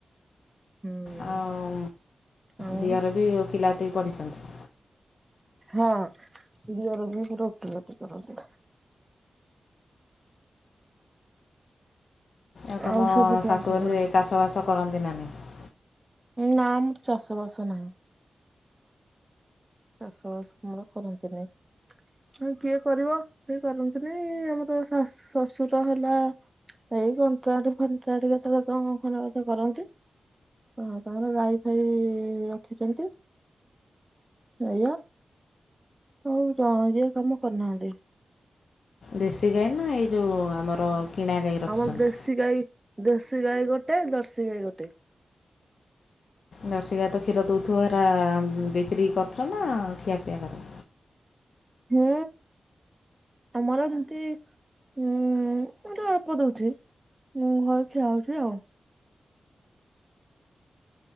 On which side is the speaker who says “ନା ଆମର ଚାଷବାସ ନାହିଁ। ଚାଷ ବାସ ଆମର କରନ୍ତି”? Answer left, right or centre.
Right